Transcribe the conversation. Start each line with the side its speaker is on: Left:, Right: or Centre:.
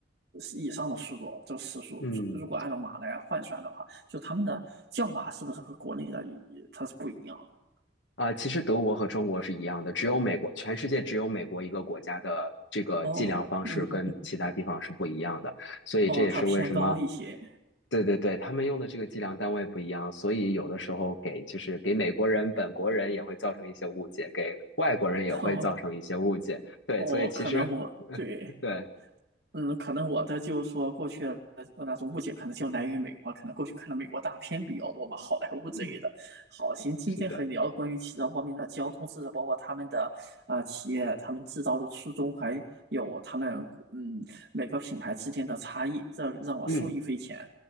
Right: 以上的速度，这个时速如果按照马来换算的话，
Left: 嗯。
Right: 就他们的叫法是不是和国内的它是不一样的？
Left: 啊、其实德国和中国是一样的，只有美国，全世界只有美国一个国家的这个计量方式跟其他地方是不一样的，
Right: 哦，嗯，
Left: 所以这也是为什么，
Right: 哦，它偏高一些，
Left: 对对对，他们用的这个计量单位不一样，所以有的时候给就是给美国人、本国人也会造成一些误解，给外国人也会造成一些误解，
Right: <laughs> 哦，
Left: 对，
Right: 哦，
Left: 所以其实，
Right: 可能我对
Left: <laughs> 对，
Right: 嗯，可能我的就是说过去的呃那种误解，可能就来源于美国，可能过去看的美国大片比较多嘛，好莱坞之类的。
Left: 嗯，
Right: 好，行，今天和你聊关于汽车方面的交通知识，
Left: 是的，
Right: 包括他们的啊、呃企业、他们制造的初衷，还有他们嗯每个品牌之间的差异，这让我受益匪浅。
Left: 嗯。